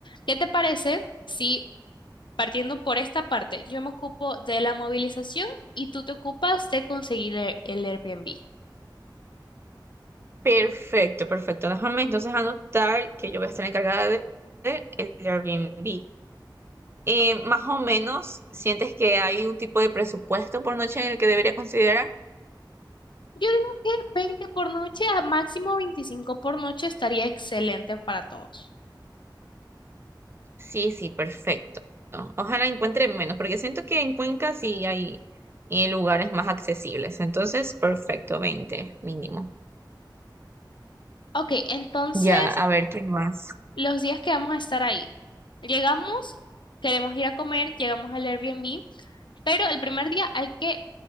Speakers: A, on the left; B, on the right.
A: ¿qué te parece si partiendo por esta parte, yo me ocupo de la movilización y tú te ocupas de conseguir el, el Airbnb?
B: Perfecto, perfecto. Déjame entonces anotar que yo voy a estar encargada del Airbnb. Eh,
A: Ok.
B: más o menos, ¿sientes que hay un tipo de presupuesto por noche en el que debería considerar?
A: Yo digo que 20 por noche a máximo 25 por noche estaría excelente para todos.
B: Sí, sí, perfecto. Ojalá encuentre menos, porque siento que en Cuenca sí hay eh, lugares más accesibles. Entonces, perfecto, 20 mínimo.
A: Ok, entonces
B: Ya, a ver, ¿qué más?
A: los días que vamos a estar ahí. Llegamos, queremos ir a comer, llegamos al Airbnb, pero el primer día hay que